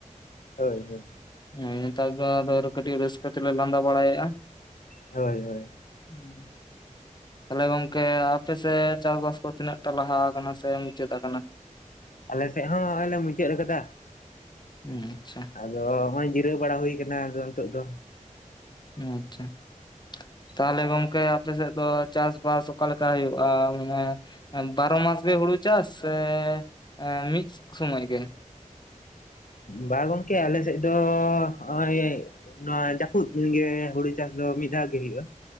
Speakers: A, on the left; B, on the left.
A: ᱦᱳᱭ ᱦᱳᱭ
B: ᱦᱮᱸ ᱱᱮᱛᱟᱨ ᱫᱚ ᱟᱫᱚ ᱠᱟᱹᱴᱤᱡ ᱨᱟᱹᱥᱠᱟᱹ ᱛᱮᱞᱮ ᱞᱟᱸᱫᱟ ᱵᱟᱲᱟ ᱭᱮᱜᱼᱟ ᱾
A: ᱦᱳᱭ ᱦᱳᱭ
B: ᱦᱩᱸ ᱛᱟᱞᱦᱮ ᱜᱚᱝᱠᱮ ᱟᱯᱮᱥᱮ ᱪᱟᱥᱵᱟᱥ ᱠᱚ ᱛᱤᱱᱟᱹᱜ ᱴᱟ ᱞᱟᱦᱟ ᱠᱟᱱᱟ ᱥᱮ ᱢᱩᱪᱟᱹᱫ ᱠᱟᱱᱟ?
A: ᱟᱞᱮᱥᱮᱫ ᱦᱚᱸ ᱱᱚᱜᱚᱭ ᱞᱮ ᱢᱩᱪᱟᱹᱫ ᱠᱟᱫᱟ ᱾
B: ᱦᱩᱸ ᱟᱪᱪᱷᱟ᱾
A: ᱟᱫᱚ ᱦᱚᱸᱜᱼᱚᱭ ᱡᱤᱨᱟᱹᱣ ᱵᱟᱲᱟ ᱦᱩᱭ ᱠᱟᱱᱟ ᱟᱫᱚ ᱱᱤᱛᱚᱜ ᱫᱚ᱾
B: ᱦᱩᱸ ᱟᱪᱪᱷᱟ᱾ ᱛᱟᱦᱚᱞᱮ ᱜᱚᱝᱠᱮ ᱟᱯᱮ ᱥᱮᱫ ᱫᱚ ᱪᱟᱥᱵᱟᱥ ᱚᱠᱟᱞᱮᱠᱟ ᱦᱩᱭᱩᱜᱼᱟ ᱢᱟᱱᱮ? ᱮᱸ ᱵᱟᱨᱚ ᱢᱟᱥ ᱜᱮ ᱦᱩᱲᱩ ᱪᱟᱥ ᱥᱮ ᱮᱸ ᱢᱤᱫᱽ ᱥᱚᱢᱚᱡ ᱜᱮ?
A: ᱵᱟ ᱜᱚᱝᱠᱮ ᱟᱞᱮ ᱥᱮᱫ ᱫᱚ ᱦᱚᱸᱜᱼᱚᱭ ᱱᱚᱣᱟ ᱡᱟᱹᱯᱩᱫ ᱫᱤᱱ ᱜᱮ ᱦᱩᱲᱩ ᱪᱟᱥ ᱫᱚ ᱢᱤᱫ ᱫᱷᱟᱣ ᱜᱮ ᱦᱩᱭᱩᱜᱼᱟ᱾